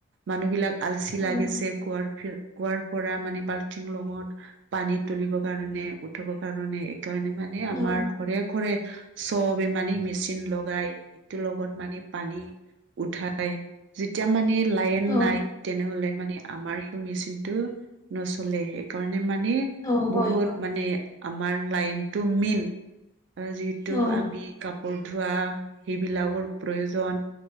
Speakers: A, on the right; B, on the left.
A: মানুহ বিলাক আলচি
B: অ
A: লাগিছে। কুঁৱাৰ ফিৰ কুঁৱাৰ পৰা মানে বাল্টিং লগত পানী তুলিবৰ কাৰণে উথ- উথব কাৰণে এইকাৰণে মানে আমাৰ
B: অ
A: ঘৰে ঘৰে চবে মানে মেচিন লগাই ইটোৰ লগত মানে পানী উঠাই যেতিয়া মানে লাইন
B: অ
A: নাই। তেনেহলে মানে আমাৰ এইটো মেচিন টো নচলে। সেইকাৰণে মানে
B: অ হয়
A: বহুত
B: হয়
A: মানে আমাৰ লাইনতটো মেইন। আজিত টো
B: অ
A: আমি কাপোৰ ধোৱা সেইবিলাকৰ প্ৰয়োজন।